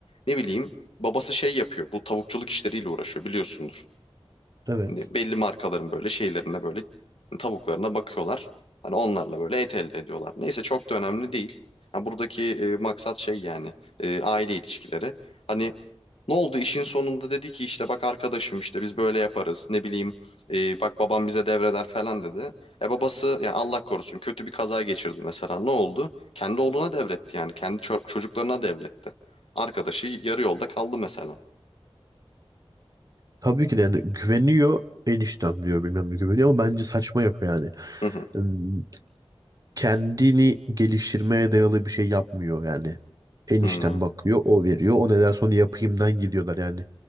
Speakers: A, on the left; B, on the right.
A: Ne bileyim babası şey yapıyor bu tavukçuluk işleriyle uğraşıyor biliyorsundur.
B: Evet.
A: Hani belli markaların böyle şeylerine böyle tavuklarına bakıyorlar. Hani onlarla böyle et elde ediyorlar. Neyse çok da önemli değil. Yani buradaki e, maksat şey yani e, aile ilişkileri. Hani ne oldu işin sonunda dedi ki işte bak arkadaşım işte biz böyle yaparız ne bileyim e, bak babam bize devreder falan dedi. E babası yani Allah korusun kötü bir kaza geçirdi mesela ne oldu? Kendi oğluna devretti yani kendi ço- çocuklarına devretti. Arkadaşı yarı yolda kaldı mesela.
B: Tabii ki de yani güveniyor eniştem diyor bilmem ne güveniyor ama bence saçma yapıyor yani.
A: Hı hı.
B: ım, kendini geliştirmeye dayalı bir şey yapmıyor yani. Enişten
A: Hı hı.
B: bakıyor, o veriyor. O ne derse onu yapayımdan gidiyorlar yani.